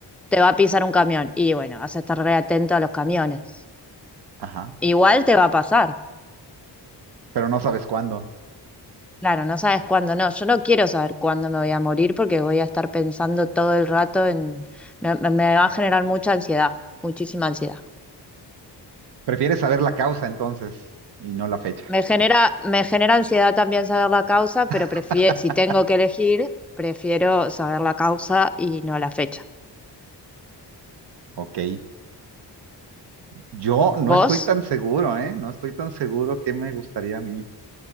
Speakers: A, in the centre; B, on the right.
A: te va a pisar un camión. Y bueno, vas a estar re atento a los camiones.
B: Ajá,
A: Igual te va a pasar.
B: pero no sabes cuándo.
A: Claro, no sabes cuándo no. Yo no quiero saber cuándo me voy a morir porque voy a estar pensando todo el rato en... Me, me- me va a generar mucha ansiedad, muchísima ansiedad.
B: Prefieres saber la causa entonces y no la fecha.
A: Me genera, me genera ansiedad también saber la causa, pero prefiero,
B: <laughs>
A: si tengo que elegir, prefiero saber la causa y no la fecha.
B: Ok, yo no
A: ¿Vos?
B: estoy tan seguro, ¿eh? No estoy tan seguro qué me gustaría a mí,